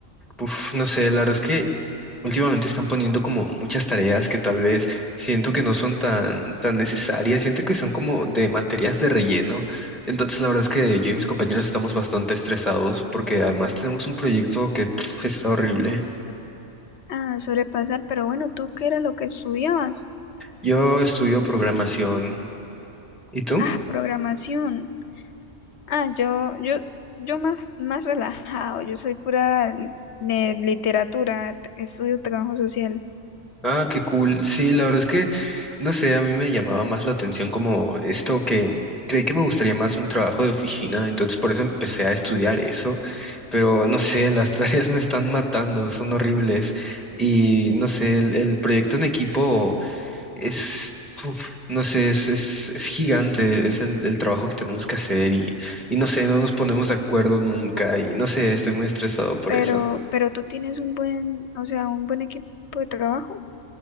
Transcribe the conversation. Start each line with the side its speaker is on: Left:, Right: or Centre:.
Centre: Uf, no sé, la verdad es que últimamente están poniendo como muchas tareas que tal vez siento que no son tan, tan necesarias, siento que son como de materias de relleno. Entonces la verdad es que yo y mis compañeros estamos bastante estresados porque además tenemos un proyecto que pf, está horrible.
Left: Ah, sobrepasar, pero bueno, ¿tú qué era lo que estudiabas?
Centre: Yo estudio programación. ¿Y tú?
Left: Ah, programación. Ah, yo, yo, yo más, más relajado. Yo soy pura li- de literatura, t- estudio trabajo social.
Centre: Ah, qué cool. Sí, la verdad es que, no sé, a mí me llamaba más la atención como esto que creí que me gustaría más un trabajo de oficina, entonces por eso empecé a estudiar eso, pero no sé, las <laughs> tareas me están matando, son horribles y no sé, el, el proyecto en equipo es, uf, no sé, es, es, es gigante, es el, el trabajo que tenemos que hacer y, y no sé, no nos ponemos de acuerdo nunca y no sé, estoy muy estresado por
Left: Pero,
Centre: eso.
Left: pero tú tienes un buen, o sea, un buen equipo de trabajo.